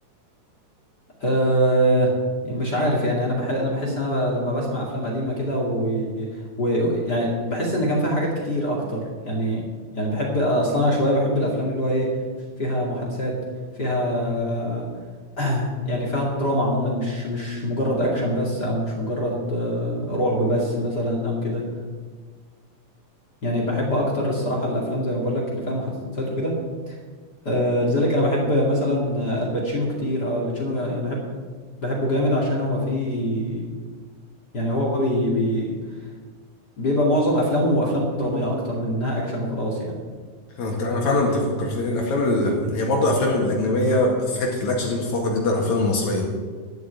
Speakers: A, on the left (about 35°); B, on the left (about 70°).
A: آه مش عارف يعني انا بحس انا بحس ان انا ب... لما بسمع افلام قديمه كده و... و يعني بحس ان كان فيها حاجات كتير اكتر يعني يعني بحب اصلا انا شويه بحب الافلام اللي هو ايه فيها محادثات فيها <clears throat> يعني فيها دراما عموما مش مش مجرد اكشن بس او مش مجرد آه، رعب بس مثلا او كده يعني بحب اكتر الصراحه الافلام زي ما بقول لك اللي فيها محادثات وكده آه، لذلك انا بحب مثلا الباتشينو كتير او الباتشينو يعني بحب بحبه جامد عشان هو فيه يعني هو بي بي بيبقى معظم افلامه افلام دراميه اكتر من انها اكشن وخلاص يعني
B: انت انا فعلا انت فكرتني الافلام ال... هي برضه الافلام الاجنبيه في حته الاكشن دي متفوقه جدا على الافلام المصريه